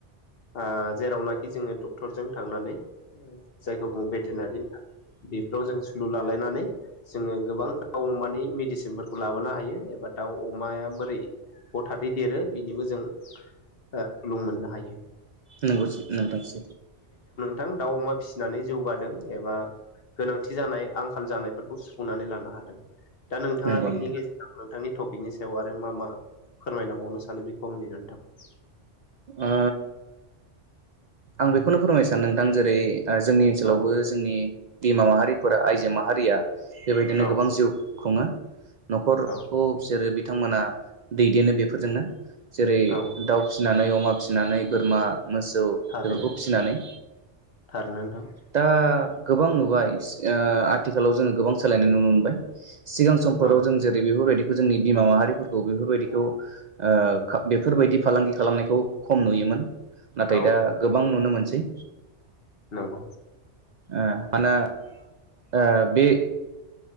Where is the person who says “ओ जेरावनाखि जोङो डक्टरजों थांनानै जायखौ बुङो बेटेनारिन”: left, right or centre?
Left